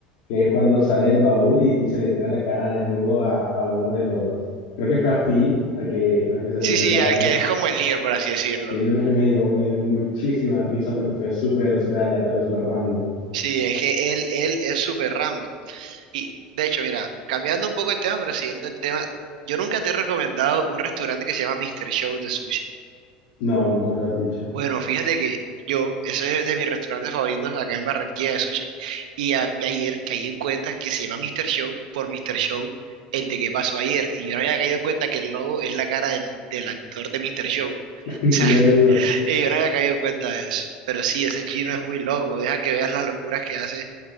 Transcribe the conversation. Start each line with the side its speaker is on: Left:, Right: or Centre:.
Left: que es cuando sale del baúl y, y se le tira la cara desnudo a, a uno de los, creo que fue a Phil, al que, al que se
Right: Sí,
Left: le tiró
Right: sí,
Left: en la
Right: al
Left: cara.
Right: que es como el líder, por así decirlo.
Left: Sí, me, me dio, me dio muchísima risa porque fue súper, súper aleatorio, súper random.
Right: Sí, es que él, él es súper random. Y de hecho, mira, cambiando un poco el tema, pero siguiendo el tema, yo nunca te he recomendado un restaurante que se llama Mr. Show de sushi.
Left: No, nunca me lo has dicho.
Right: Bueno, fíjate que yo, ese es de mis restaurantes favoritos acá en Barranquilla de sushi. Y a- ayer caí en cuenta que se llama Mr. Show por Mr. Show, el de que pasó ayer. Y yo no había caído en cuenta que el logo es la cara del, del actor de Mr. Show. O
Left: <laughs> Y
Right: sea,
Left: Culé
Right: <laughs>
Left: risa.
Right: y yo no había caído en cuenta de eso. Pero sí, ese chino es muy loco. Deja que veas las locuras que hace.